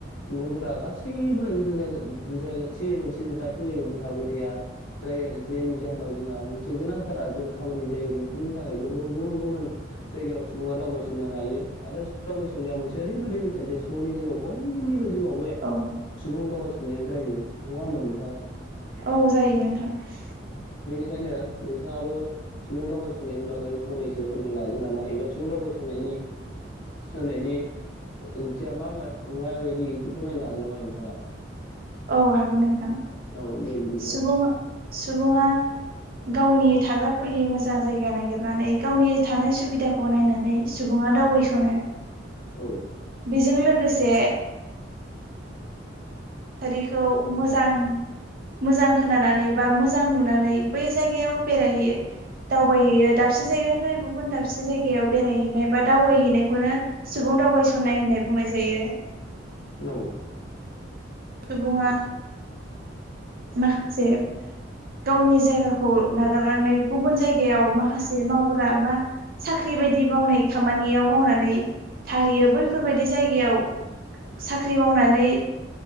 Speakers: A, on the left (about 80°); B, on the right (about 50°).
A: सुबुंफोरा गासैबो जायगा थि मोनसे दाबसे जायगायावनो थाबाय थाया जाय जायनि जाहोनाव जोंहा मोनसे गोनांथारा जों खामानि जायो बेफोरनि थाखाय गुबुन गुबुन जायगायाव सुबुङा दावबायस'नो हायो आरो सुबुं दावबायस'नाया मोनसे ओरैबायदि बेसाददि सुबुंनि जिउआव बयनिबो जिउआव बे
B: औ
A: सुबुं दावबायसनाया जायो नङा होमबा नोंथां?
B: औ जायो नोंथां ‌।
A: बेखायनो नोंथाङाबो सुबुं दावबायसननायनि बागै फंनैसो फोरमायनो हागोन नामा एबा सुबुं दावबायसननायनि सनायनि ओंथिया मा माबायदि बेखौ फोरमायनो हागोन नामा नोंथाङा?
B: औ हागोन नोंथां।
A: औ दे बिदिबा
B: सुबुं
A: ‌।
B: सुबुङा गावनि थाग्रा खुलि मोजां जायगा नागिरनानै गावनि थानाय सुबिदाखौ नायनानै सुबुं नङा दावबायस'नो।
A: औ।
B: बेजों लोगोसे थासारिखौ मोजां मोजां खोनानानै बा मोजां नुनानै बै जायगायाव बेरायहैयो दावबायहैयो दाबसे जायगानिफ्राय गुबुन दाबसे जायगायाव बेरायहैनाय बा दावबायहैनायखौनो सुबुं सुबुं दावबायसननाय होननाय बुंनाय जायो
A: औ
B: सुबुंङा माखासे गावनि जायगाखौ नागारनानै गुबुन जायगायाव माखासे मावग्रा मा साख्रि बायदि मावनाय खामानियाव मावनानै थाहैयो बैफोरबायदि जायगायाव साख्रि मावनानै